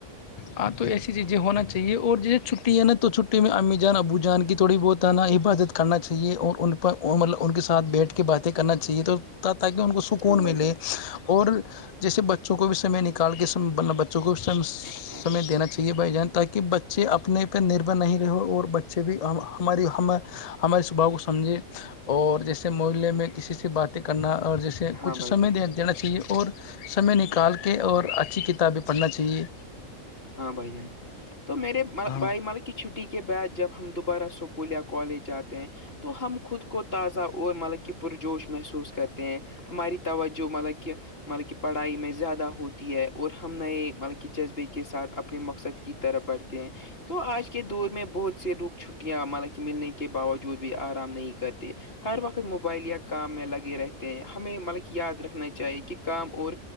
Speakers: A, on the left; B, on the left.
A: ہاں تو ایسی چیزیں ہونا چاہیے اور جیے چھٹی ہے نا تو چھٹی میں امی جان ابو جان کی تھوڑی بہت ہے نا عبادت کرنا چاہیے اور ان پر مطلب ان کے ساتھ بیٹھ کے باتیں کرنا چاہیے تو تاکہ ان کو سکون
B: ہاں بھائی
A: ملے
B: جان
A: اور اور جیسے بچوں کو بھی سمے نکال کے سم بچوں کو بھی سم
B: <inaudible>
A: ہمیں دینا چاہیے بھائی جان تاکہ بچے اپنے پہ نربھر نہیں رہ اور بچے بھی ہماری ہم ہمارے سباؤ کو سمجھے اور جیسے محے میں کسی سے باتیں کرنا اور جیسے
B: ہاں
A: کچھ
B: بھائی
A: سمے
B: جان
A: دے دینا چاہیے اور سمے نکال کے اور اچھی کتابیں پڑھنا چاہیے
B: ہاں بھائی جان تو میرے
A: ہاں
B: بھائی ملک کی چھٹی کے بعد جب ہم دوبارہ اسکول یا کالج جاتے ہیں تو ہم خود کو تازہ اور مطلب کہ پرجوش محسوس کرتے ہیں ہماری توجہ مطلب کہ مطلب کہ پڑھائی میں زیادہ ہوتی ہے اور ہم نئے مطلب کہ جذبے کی کے ساتھ اپنے مقصد کی طرف بڑھتے ہیں تو آج کے دور میں بہت سے لوگ چھٹیاں مطالا کہ ملنے کے باوجود بھی آرام نہیں کرتے ہر وقت موبائل یا کام میں لگے رہتے ہیں ہمیں مطلبک یاد رکھنا چاہیے کہ کام اور